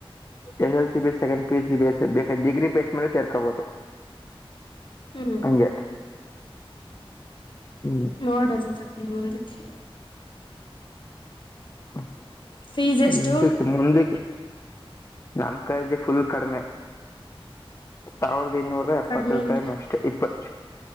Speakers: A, on the left; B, on the left.
A: S L C base second PC base ಬೇಕ ಡಿಗ್ರಿ ಬೇಸ್ ಮೇಲೆ ಸೇರ್ಕಬಹುದು
B: ಹ್ಮ್
A: ಹಂಗೆ ಹ್ಮ್
B: ನೋಡದ ತಕೊಳ್ಳಿ ಮುಂದಕ್ಕೆ
A: ಹ <inaudible>
B: ಫೀಸ್ ಎಷ್ಟು
A: ಮುಂದ ಮುಂದಕ್ಕೆ ನಮ ಕಾಯಲ್ಲಿ ಫುಲ್ ಕಡಿಮೆ ಸಾವಿರದ ಇನ್ನೂರ ಎಪ್ಪತ್
B: ಕಡಿಮೆ
A: ರೂಪಾಯ
B: ಅಂದ್ರೆ
A: ಅಷ್ಟೇ ಇಪ್ಪತ್